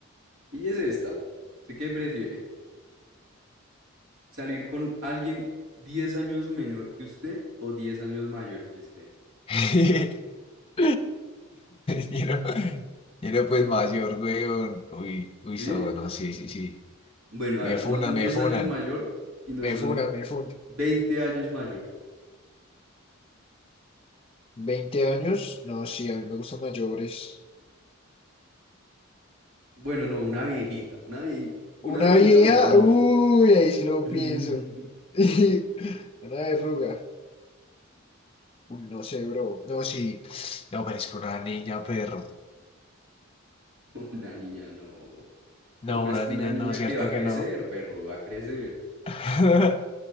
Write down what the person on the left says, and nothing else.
<laughs> Quiero, quiero pues
mayor, weón. Uy, uy,
so, no, sí, sí, sí.
Me
funan,
me
funan.
Me
funan, me funan.
veinte años, no, sí, a mí me gustan mayores.
Una
vieja,
uy, ahí sí lo
pienso. <laughs> Una verruga, uy, no sé, bro. No, sí, no, pero es que una niña, perro.
No,
una
niña,
no, cierto
que
no.
<laughs>